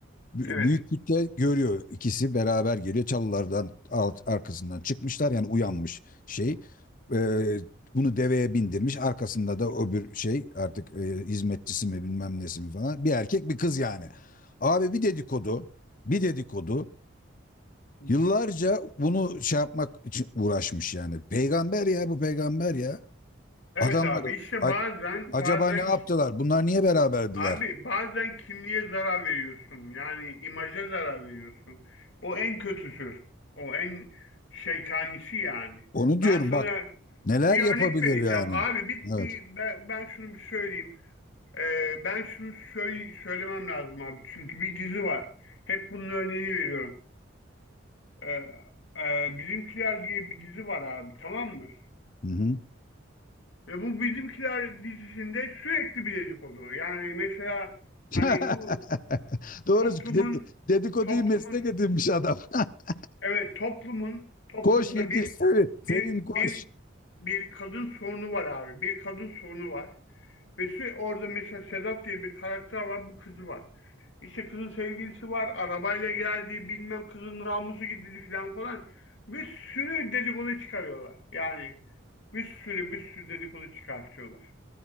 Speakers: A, on the left (about 40°); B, on the left (about 65°).
A: Bü-
B: Evet.
A: büyük kütle görüyor ikisi beraber geliyor çalılardan alt, arkasından çıkmışlar yani uyanmış şey Ee, bunu deveye bindirmiş arkasında da öbür şey artık e, hizmetçisi mi bilmem nesi mi falan bir erkek bir kız yani abi bir dedikodu bir dedikodu
B: Hı-hı.
A: Yıllarca bunu şey yapmak için uğraşmış yani. Peygamber ya bu peygamber ya.
B: Evet
A: Adamlar
B: abi işte
A: a-
B: bazen
A: acaba
B: bazen
A: ne yaptılar? Bunlar niye beraberdiler?
B: Abi bazen kimliğe zarar veriyorsun. Yani imaja zarar veriyorsun. O en kötüsü. O en şeytanisi yani.
A: Onu diyorum
B: Ben sana
A: bak neler
B: bir
A: yapabilir
B: örnek vereceğim.
A: yani.
B: Abi bir,
A: Evet.
B: bir ben, ben şunu bir söyleyeyim. Ee, ben şunu söyle, söylemem lazım abi. Çünkü bir dizi var. Hep bunun örneğini veriyorum. Ee, e, Bizimkiler diye bir dizi var abi tamam mı?
A: Hı hı.
B: Ve bu Bizimkiler dizisinde sürekli bir dedik oluyor. Yani mesela hani
A: <laughs>
B: bu
A: Doğru
B: toplumun
A: ded- dedikoduyu
B: toplumun
A: meslek edinmiş adam. <laughs>
B: evet toplumun toplumda
A: Koş yetiş
B: bir
A: Sevim,
B: bir
A: Sevim koş.
B: bir bir kadın sorunu var abi. Bir kadın sorunu var. Ve sü- orada mesela Sedat diye bir karakter var. Bu kızı var. İşte kızın sevgilisi var. Arabayla geldi. Bilmem kızın namusu gidildi falan falan. Bir sürü dedikodu çıkarıyorlar. Yani bir sürü bir sürü dedikodu çıkartıyorlar.